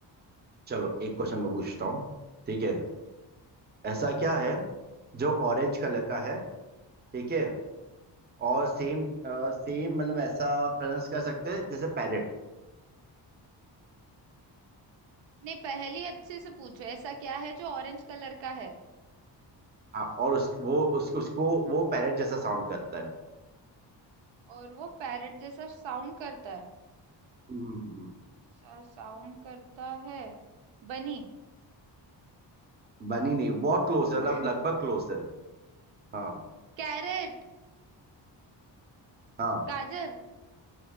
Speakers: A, on the right; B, on the right.
A: चलो एक क्वेश्चन मैं पूछता हूँ ठीक है ऐसा क्या है जो ऑरेंज कलर का है ठीक है और सेम सेम मतलब ऐसा प्रोनाउंस कर सकते हैं जैसे पैरेट
B: नहीं पहेली अच्छे से पूछो ऐसा क्या है जो ऑरेंज कलर का है
A: हाँ और उस वो उस, उसको वो पैरेट जैसा साउंड करता है
B: और वो पैरट जैसा साउंड करता है
A: हम्म,
B: सा, साउंड करता है बनी
A: बनी नहीं बहुत क्लोज है
B: <laughs>
A: मतलब लगभग क्लोज है हाँ
B: कैरेट
A: हाँ
B: गाजर